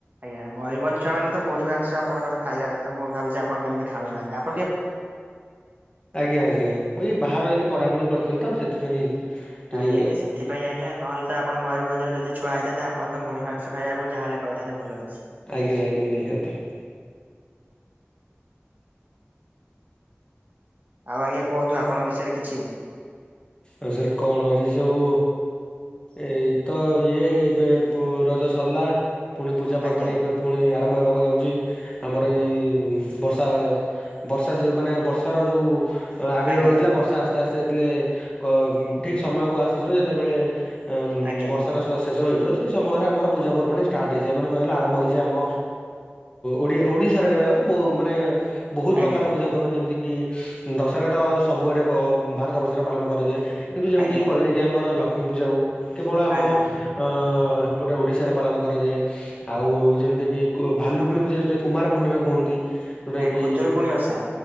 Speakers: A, on the right; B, on the left.
A: ଆଜ୍ଞା ମୟୂରଭଞ୍ଜ ଛୁଆ ମାନେ ତ ମୁଢି ମାଂସ ଆପଣଙ୍କର ଖାଇବା କଥା ମୁଁ ଭାବୁଛି ଆପଣ କେମିତି ଖାଉନାହାନ୍ତି, ଆ
B: ଆଜ୍ଞା ଆଜ୍ଞା, ମୁଁ ଏଇ ବାହାର ରହିକି ପଢାପଢି କରୁଥିଲି ତ ସେଥିପାଇଁ ଟିକେ
A: ଆଜ୍ଞା ଆଜ୍ଞା, ସେଥିପାଇଁ ଆଜ୍ଞା ନହେଲେ ତ୍ ଆପଣ ମୟୂରଭଞ୍ଜରେ ଯଦି ଛୁଆ ହେଇଥାନ୍ତେ ଆପଣ ତ ମୁଢି ମାଂସ ଖାଇବାକୁ ଯାହାଲେ କହିଥାନ୍ତେ ଭଲ ହେଇଛି।
B: ଆଜ୍ଞା ଆଜ୍ଞା ନିହାତି
A: ଆଉ ଆଜ୍ଞା କୁହନ୍ତୁ ଆପଣଙ୍କ ବିଷୟରେ କିଛି।
B: ଆଉ ସେରେ କଣ ଏଇ ସବୁ ଏଇ ତ ଇଏ ଏବେ ତ ରଜ ସରିଲା ପୁଣି ପୂଜା ପର୍ବାଣୀ
A: ଆଜ୍ଞା
B: ଏବେ ପୁଣି ଆରମ୍ଭ ହେବାକୁ ଯାଉଛି, ଆମର ଏଇ ବର୍ଷା ବର୍ଷା ସିଜ ମାନେ ବର୍ଷାର ଯେଉଁ ଆବିର୍ଭାବ
A: ଆଜ୍ଞା
B: ହେଇଥିଲା ବର୍ଷା ଆସ୍ତେ ଆସ୍ତେ ଯେତେବେଳେ କ ଠିକ ସମୟକୁ ଆସିଯିବ ଯେତେବେଳେ ଉଁମ
A: ଆଜ୍ଞା
B: ବର୍ଷାର ଶ ଶେଷ ହେଇଯିବ ସେ ସମୟରେ ଆମର ପୂଜା ପର୍ବଣୀ ଷ୍ଟାର୍ଟ ହେଇଯାଏ ମାନେ କହିଲେ ଆରମ୍ଭ ହେଇଯାଏ ଆମ ଓଡ଼ି ଓଡି ସାରା କହିବାକୁ ଗଲେ ବ ମାନେ ବହୁତ ପ୍ରକାର
A: ଆଜ୍ଞା
B: ପୂଜା ପର୍ବାଣୀ ଯେମିତିକି ଦଶହରା ତ ସବୁଆଡ଼େ ବ ଭାରତ ବର୍ଷରେ ପାଳନ କରାଯାଏ। କିନ୍ତୁ ଯେମିତି
A: ଆଜ୍ଞା
B: କହିଲେ କି ଆମର ଲକ୍ଷ୍ମୀ ପୂଜା ହଉ କେବଳ ଆମ
A: ଆଜ୍ଞା
B: ଅଅ ଗୋଟେ ଓଡ଼ିଶାରେ ପାଳନ କରାଯାଏ, ଆଉ ଯେମିତିକି ଭାଲୁକୁଣୀ ପୂଜା ଯୋଉଟା କୁମାର ପୂର୍ଣ୍ଣିମା କୁହନ୍ତି। ଯେଉଁଟାକି
A: ଆଜ୍ଞା ଖୁଦୁରୁକୁଣୀ ଓଷା।